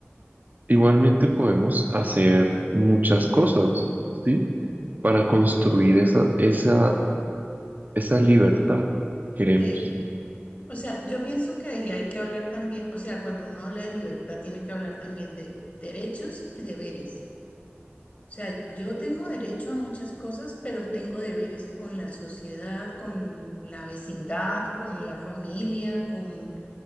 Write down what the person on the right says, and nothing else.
igualmente podemos hacer muchas cosas, ¿sí? Para construir esa, esa, esa libertad que queremos.